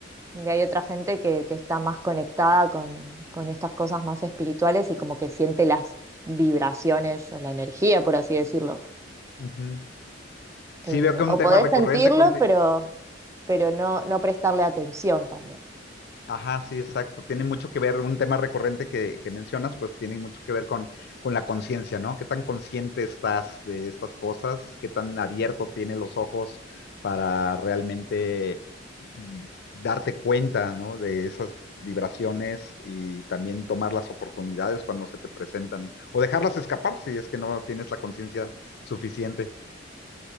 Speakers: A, on the right (about 15°); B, on the left (about 55°).
A: Y hay otra gente que, que está más conectada con, con estas cosas más espirituales y como que siente las vibraciones o la energía, por así decirlo.
B: ujú.
A: Eh,
B: Sí, veo que
A: o
B: un tema
A: podés
B: recurrente
A: sentirlo,
B: conti-
A: pero, pero no, no prestarle atención también.
B: Ajá, sí, exacto. Tiene mucho que ver, un tema recurrente que, que mencionas, pues tiene mucho que ver con, con la conciencia, ¿no? ¿Qué tan consciente estás de estas cosas? ¿Qué tan abierto tienes los ojos para realmente mm, darte cuenta, ¿no? De esas vibraciones y también tomar las oportunidades cuando se te presentan o dejarlas escapar si es que no tienes la conciencia suficiente.